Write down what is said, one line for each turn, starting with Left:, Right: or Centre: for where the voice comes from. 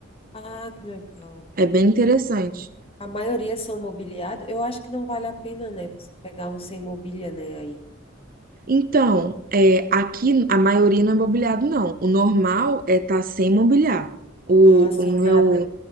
Left: Ah, que legal.
Right: É bem interessante.
Left: A maioria são mobiliados. Eu acho que não vale a pena, né? Você pegar um sem mobília, né? Aí.
Right: Então, é, aqui a maioria não é mobiliado, não. O normal é estar sem mobiliar. O,
Left: Ah, sem
Right: o meu,
Left: nada.